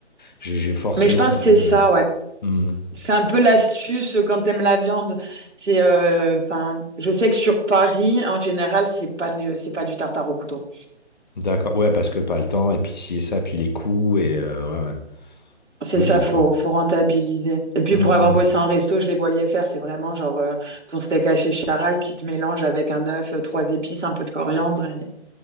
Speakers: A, on the left; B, on the right.
A: J'ai j'ai forcément
B: Mais je pense
A: dû...
B: que c'est ça,
A: euh,
B: ouais.
A: hmm,
B: C'est un peu l'astuce quand t'aimes la viande. C'est, euh, enfin, je sais que sur Paris, en général, c'est pas, le- c'est pas du tartare au couteau.
A: D'accord, ouais, parce que pas le temps, et puis si et ça, puis les coûts, et euh, ouais, ouais,
B: C'est
A: logique,
B: ça, faut,
A: quoi.
B: faut rentabiliser. Et puis
A: Hmm,
B: pour avoir bossé en resto, je les voyais faire. C'est vraiment genre euh, ton steak haché charal qui te mélange avec un œuf, euh, trois épices, un peu de coriandre et,